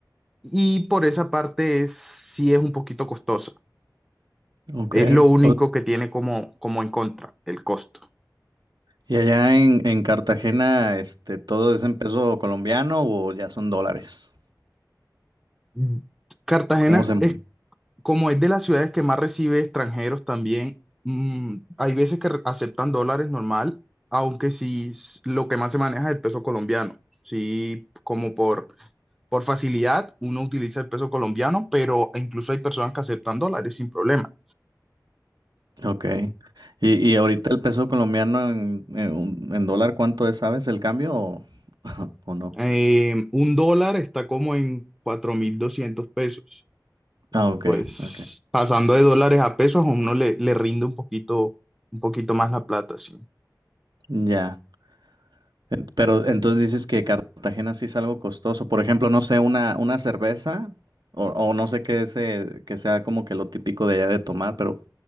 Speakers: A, in the centre; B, on the right (about 75°).
A: y por esa parte es, sí es un poquito costosa.
B: Ok.
A: Es lo único
B: O,
A: que tiene como, como en contra, el costo.
B: ¿Y allá en, en Cartagena, este, todo es en peso colombiano o ya son dólares?
A: Mm, Cartagena
B: ¿Cómo se...? mu-
A: es como es de las ciudades que más recibe extranjeros también. mm, hay veces que re- aceptan dólares normal, aunque sí s- lo que más se maneja es el peso colombiano. Sí, como por, por facilidad uno utiliza el peso colombiano, pero incluso hay personas que aceptan dólares sin problema.
B: Ok. ¿Y, y ahorita el peso colombiano en, en un- en dólar cuánto es, sabes, el cambio o, <laughs> o no?
A: Eh, un dólar está como en 4.200 pesos.
B: Ah, ok,
A: Pues
B: ok.
A: pasando de dólares a pesos a uno le, le rinde un poquito, un poquito más la plata, sí.
B: Ya. En- Pero entonces dices que Cartagena sí es algo costoso. Por ejemplo, no sé, una, una cerveza o, o no sé qué se, que sea como que lo típico de allá de tomar, pero